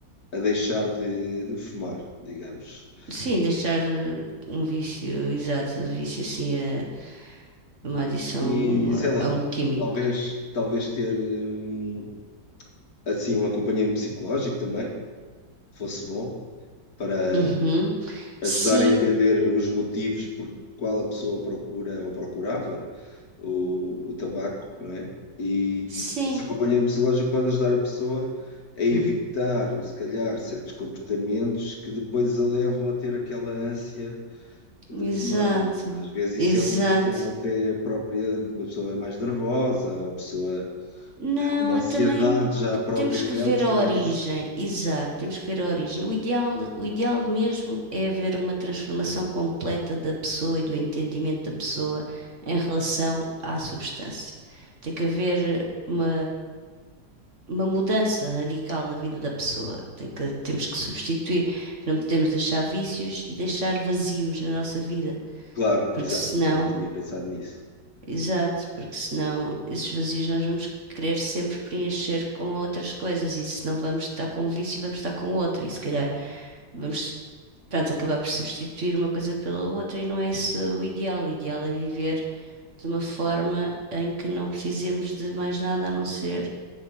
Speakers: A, on the left (about 55°); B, on the right (about 45°).
A: a deixar de, de fumar, digamos.
B: Sim, deixar eh, um vício, exato, um vício assim, é uma adição
A: E sei lá,
B: a um químico.
A: talvez, talvez ter hum, assim um acompanhamento psicológico também fosse bom para
B: Uhum.
A: ajudar
B: Sim,
A: a entender os motivos por qual a pessoa procura ou procurava o, o tabaco, não é? E
B: sim.
A: esse acompanhamento psicológico pode ajudar a pessoa a evitar,
B: Uhum.
A: se calhar, certos comportamentos que depois a levam a ter aquela ânsia de
B: Exato,
A: fumar, não é? Às vezes
B: exato.
A: isso é uma questão até própria de uma pessoa mais nervosa, ou a pessoa
B: Não,
A: tem alguma ansiedade
B: eu também
A: já própria
B: temos que
A: dela,
B: ver
A: e se
B: a
A: calhar
B: origem,
A: isso.
B: exato, temos que ver a origem. O ideal, o ideal mesmo é haver uma transformação completa da pessoa e do entendimento da pessoa em relação à substância. Tem que haver uma uma mudança radical na vida da pessoa. Tem que- temos que substituir, não podemos deixar vícios e deixar vazios na nossa vida,
A: Claro,
B: porque
A: exato,
B: senão,
A: também tinha pensado nisso.
B: exato, porque senão esses vazios nós vamos querer sempre preencher com outras coisas e se não vamos estar com um vício, vamos estar com outro e se calhar vamos, pronto, acabar por substituir uma coisa pela outra e não é isso o ideal. O ideal é viver de uma forma em que não precisemos de mais nada a não ser